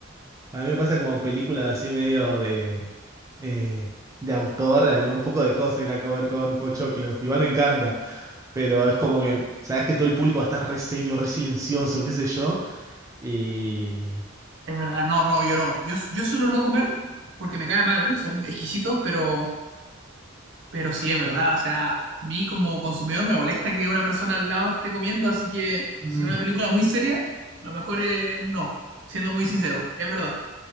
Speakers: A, on the right; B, on the right.
A: a mí me pasa como películas así medio de, eh, de autor, a mí me da un poco de cosa ir a comer con pochoclos, igual me encanta, pero es como que, sabes que todo el público va a estar re serio, re silencioso, qué sé yo, y...
B: Es verdad, no, no, yo no. Yo, yo suelo no comer porque me cae mal, son exquisitos, pero, pero sí es verdad. O sea, a mí como consumidor me molesta que una persona al lado esté comiendo, así que
A: mm.
B: si es una película muy seria, lo mejor es no, siendo muy sincero. Es verdad,